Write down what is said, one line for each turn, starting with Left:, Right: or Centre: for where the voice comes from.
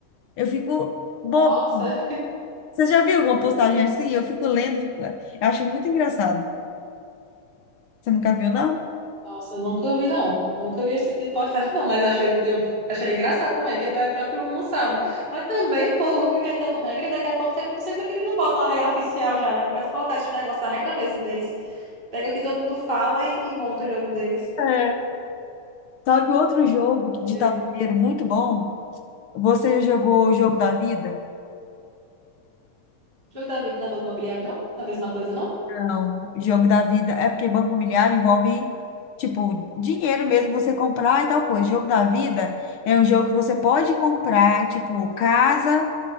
Left: Eu fico bobo.
Right: Nossa,
Left: Você já viu alguma postagem assim? Eu fico lendo, fico... eu acho muito engraçado. Você nunca viu, não?
Right: nossa, eu nunca vi, não. Eu nunca vi esse tipo de postagem, não, mas eu acho, eu acharia engraçado também, que é próprio não sabe. Mas também o povo fica inventando regra, e daqui a pouco você- não sei como é que eles não botam a regra oficial já, já começa a colocar esse negócio da regra mesmo deles. Pega o que todo mundo fala e, e monta o jogo deles.
Left: É. Sabe outro jogo
Right: Ok.
Left: de tabuleiro muito bom? Você já jogou o jogo da vida?
Right: Jogo da vida na banca imobiliária, não? Na mesma coisa, não?
Left: Não. Jogo da vida é porque banco imobiliário envolve, tipo, dinheiro mesmo, você comprar e tal coisa. Jogo da vida é um jogo que você pode comprar, tipo, casa